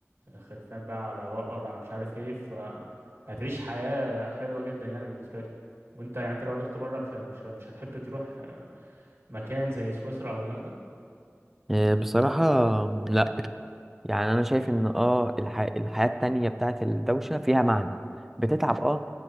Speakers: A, on the right (about 65°); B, in the centre.
A: خرفان بقى على بقر على مش عارف ايه فهتعيش حياة حلوة جدا يعني بالنسبة لي وانت يعني انت لو رحت بره مش ه- مش ه- مش هتحب تروح مكان زي سويسرا او هولندا
B: امم بصراحة لا يعني انا شايف ان اه الح... الحياة التانية بتاعت الدوشة فيها معنى بتتعب اه